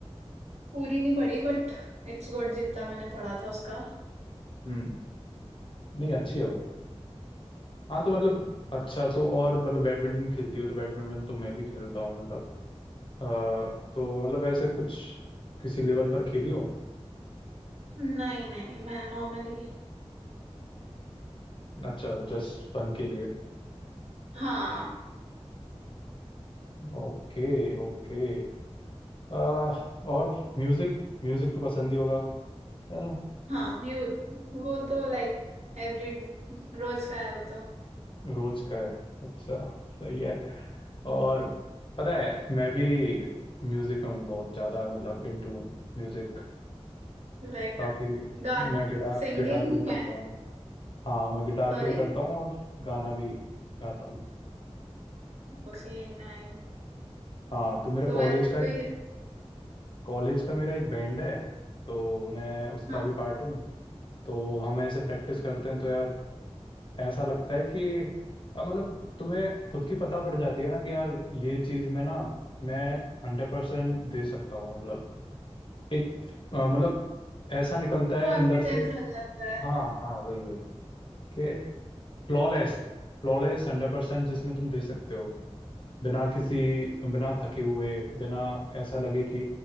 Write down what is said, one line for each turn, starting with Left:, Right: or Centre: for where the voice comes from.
Right: पूरी नहीं पढ़ी बट इट्स गुड जितना मैंने पढ़ा था उसका
Left: हम्म नहीं अच्छी है वो हाँ तो मतलब अच्छा तो और मतलब बैडमिंटन खेलती हो तो बैडमिंटन तो मैं भी खेलता हूँ मतलब अ, तो मतलब ऐसे कुछ किसी लेवल पर खेली हो
Right: नहीं नहीं मैं नॉर्मली
Left: अच्छा जस्ट फन के लिए
Right: हाँ
Left: Okay okay और म्यूजिक म्यूजिक तो पसंद ही होगा है ना
Right: हाँ म्यू वो तो लाइक एवरी रोज का है वो तो
Left: रोज का है अच्छा सही है और पता है मैं भी म्यूजिक में हूँ बहुत ज्यादा मतलब इनटू म्यूजिक
Right: लाइक
Left: काफी
Right: गा
Left: मैं गिटार
Right: सिंगिंग
Left: गिटार प्ले करता
Right: में
Left: हूँ हाँ मैं गिटार
Right: सॉरी
Left: प्ले करता हूँ और गाना भी गाता हूँ
Right: Okay nice
Left: हाँ तो मेरा
Right: सो
Left: कॉलेज
Right: ऐसे
Left: का
Right: कोई
Left: एक कॉलेज का मेरा एक बैंड है तो मैं उसका
Right: हाँ
Left: भी पार्ट हूँ तो हम ऐसे प्रैक्टिस करते हैं तो यार ऐसा लगता है कि अब मतलब तुम्हें खुद की पता पड़ जाती है ना कि यार ये चीज में ना मैं हंड्रेड परसेंट दे सकता हूँ मतलब एक अ, मतलब ऐसा निकलता है
Right: कॉन्फिडेंस
Left: अंदर से
Right: आ जाता है
Left: हाँ हाँ वही वही कि फ्लॉलेस फ्लॉलेस हंड्रेड परसेंट जिसमें तुम दे सकते हो बिना किसी बिना थके हुए बिना ऐसा लगे कि